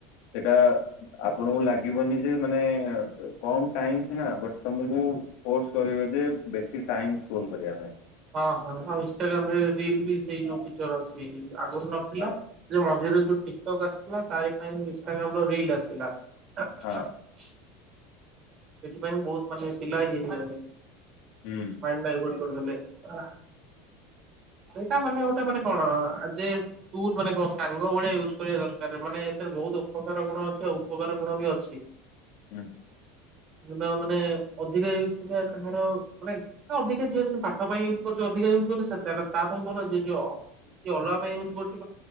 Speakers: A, on the left; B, on the right.
A: ସେଟା ଆପଣଙ୍କୁ ଲାଗିବନି ଯେ ମାନେ କମ ଟାଇମ ସିନା ବଟ୍ ତମକୁ ଫୋର୍ସ କରିବ ଯେ ବେଶୀ ଟାଇମ୍ ସ୍କ୍ରୋଲ କରିବା ପାଇଁ।
B: ହଁ ହଁ ଆଉ ଇନଷ୍ଟାଗ୍ରାମ୍ ରେ ରିଲ ବି ସେଇ
A: ହଁ
B: ଯୋଉ ଫଚର ଅଛି। ନଥିଲା
A: ହଁ
B: ଯେ ମଝିରେ ଯୋଉ ଟିକଟକ୍ ଆସିଥିଲା ତାରି ପାଇଁ ଇନଷ୍ଟାଗ୍ରମ୍ ର ରିଲ ଆସିଲା। <unintelligible>
A: ହଁ
B: ସେଥିପାଇଁ ବୋହୁତ ମାନେ ପିଲା ଇଏ ହେଇଗଲେ
A: ହୁଁ
B: ମାଇ ଗୋଟେ ତ <unintelligible> ଏଇଟା ମାନେ ଗୋଟେ ମାନେ କଣ ଆଜି ତୁ ମାନେ କଣ ସାଙ୍ଗ ଭଳିଆ ୟୁଜ୍ କରିବା ଦରକାରେ ମାନେ ଏଥିରେ ବୋହୁତ ବୋହୁତ ଅପକାର ଗୁଣ ଅଛି, ଆଉ ଉପକାର ଗୁଣ ବି ଅଛି।
A: ହୁଁ।
B: କିମ୍ବା ମାନେ ଅଧିକା ୟୁଜ କଲେ କାହାର ମାନେ ଅଧିକା ଝିଅ କିନ୍ତୁ ପାଠ ପାଇଁ ୟୁଜ କରୁଚ ଅଧିକା ୟୁଜ୍ ତା ପାଇଁ ଭଲ ଯିଏ ଅଲଗା ପାଇଁ ୟୁଜ୍ କରୁଚି।